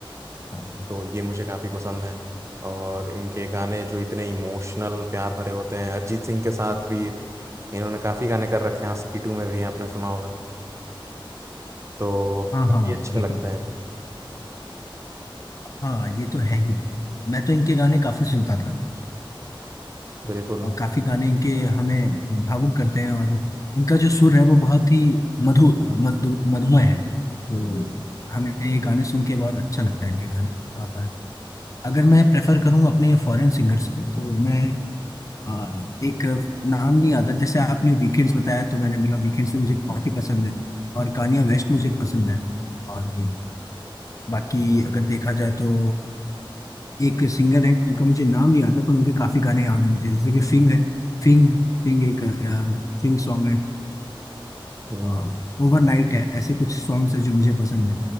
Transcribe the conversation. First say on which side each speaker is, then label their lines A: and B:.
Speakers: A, on the left; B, on the right.
A: हाँ
B: तो ये मुझे काफ़ी पसंद हैं और इनके गाने जो इतने इमोशनल प्यार भरे होते हैं अरिजीत सिंह के साथ भी इन्होंने काफ़ी गाने कर रखे हैं आशिकी टू में भी आपने सुना होगा तो
A: हाँ
B: काफ़ी
A: हाँ
B: अच्छे
A: बिल्कुल
B: लगते हैं
A: हाँ ये तो है ही मैं तो इनके गाने काफी सुनता था
B: बिल्कुल
A: और काफी गाने इनके हमें भावुक करते हैं और इनका जो सुर है वो बहुत ही मधु मधु मधुमय है तो हमें ये गाने सुन के बहुत अच्छा लगता है इनके गाने अगर मैं प्रेफर करूं अपने फॉरेन सिंगर्स को तो मैं आ, एक नाम नहीं आता जैसे आपने वीकेंड्स बताया तो मैंने बोला वीकेंड्स भी मुझे बहुत ही पसंद है और कान्या वेस्ट मुझे पसंद है और भी बाकी अगर देखा जाए तो एक सिंगर है उनका मुझे नाम नहीं आता पर उनके काफ़ी गाने याद हैं मुझे जैसे कि फिंग है फिंग फिंग एक आ, फिंग सॉन्ग है
B: हम्म।
A: और ओवरनाइट है ऐसे कुछ सॉन्ग्स है जो मुझे पसंद है